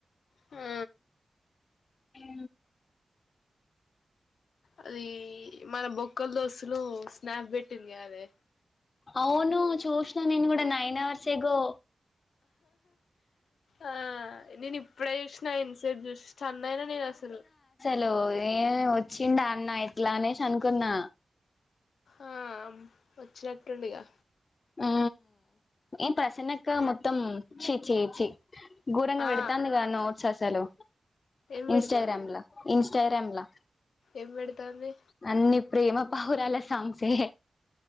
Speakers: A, on the left (about 85°); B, on the left (about 45°).
A: ఆ
B: ఆ
A: అదీ మన బొక్ క్కల దోశలు స్నాప్ పెట్టింది కాదే
B: అవును చూసిన నేను కూడ నైన్ అవర్స్ ఏగో
A: ఆ నేను ఇప్ ఇప్పుడే చూసినా ఇంతసేపు చూసి స్టన్నయినా నేను అసలు
B: లో ఏ వచ్చిం డాన్న ఎట్లానేసనుకున్నా
A: ఆ వచ్చినట్టుండుగా
B: ఊ ఏం ప్రసనక్క మొత్తం ఛీ చీ చీ ఘూరంగా
A: ఆ
B: పెడతాంది కా నోట్సాసలు
A: ఏం
B: ఇన్స్టాగ్రామ్లా
A: పెడతాంది
B: ఇన్స్టాగ్రామ్లా
A: ఏం పెడతాంది
B: అన్ని ప్రేమ బహరాల సాంగ్స్ ఎ